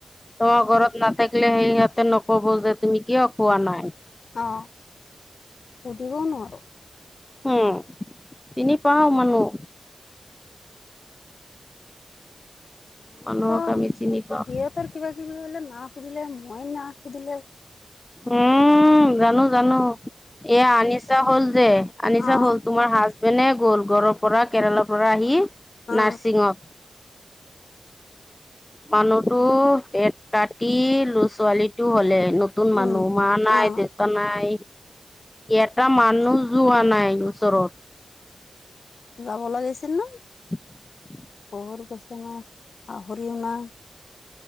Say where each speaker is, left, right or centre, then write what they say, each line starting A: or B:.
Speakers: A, on the left; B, on the left.
A: তোমাৰ ঘৰত ন থাকিলে সেই সহঁতে নকব যে তুমি কিয় কোৱা নাই।
B: অ পদব নোৱাৰো
A: উম চিনি পাও মানুহ
B: সিহঁতৰ
A: মানুহক আমি
B: সিহঁতৰ
A: চিনি পাওঁ।
B: কিবা কিবি হলে না সুধিলে মই নাক সুধিলে
A: উম উম জানো জানো এয়া আনিছা হল যে আনিছা
B: অ
A: হল তোমাৰ হাজবেণ্ডে গ'ল গড়ৰ পৰা কেৰেলাৰ পৰা আহি
B: অ
A: নাৰ্ছিঙত মানুহতো এক কাটি লো ছোৱালীটো হলে। নতুন মানুহ
B: উম
A: মা নাই
B: অ
A: দেউতা নাই। এটা মানুহ যোৱা নাই ওচৰত।
B: যাব লাগিছিল ন।
A: <inaudible>
B: পহৰ গচন আ হৰিওনা।